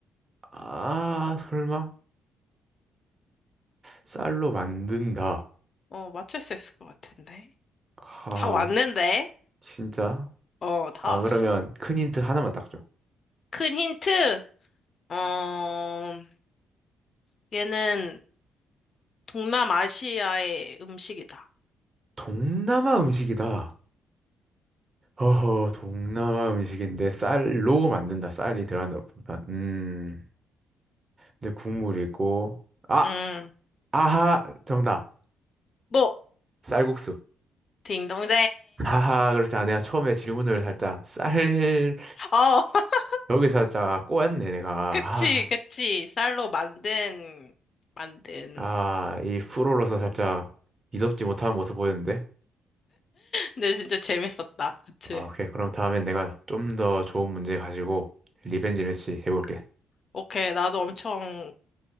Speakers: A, on the right (about 30°); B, on the left (about 45°).
A: 아 설마 쌀로 만든다.
B: 어, 맞출 수 있을 것 같은데.
A: 아
B: 다 왔는데?
A: 진짜?
B: 어, 다
A: 아
B: 왔어.
A: 그러면 큰 힌트 하나만 딱 줘.
B: 큰 힌트? 어, 얘는 동남아시아의 음식이다.
A: 동남아 음식이다. 허허, 동남아 음식인데 쌀로 만든다. 쌀이 들어간다. 보다. 음, 근데 국물이 있고. 아,
B: 음,
A: 아하, 정답.
B: 뭐,
A: 쌀국수.
B: 딩동댕.
A: 하하, 그렇지. 아, 내가 처음에 질문을 살짝 쌀,
B: 어, <laughs>
A: 여기 살짝 꼬였네, 내가.
B: 그치,
A: 아,
B: 그치. 쌀로 만든, 만든.
A: 아, 이 프로로서 살짝 미덥지 못한 모습 보였는데.
B: 근데 진짜 재밌었다. 그치.
A: 아, 오케이. 그럼 다음엔 내가 좀 더 좋은 문제 가지고 리벤지 매치 해볼게.
B: 오케이, 나도 엄청,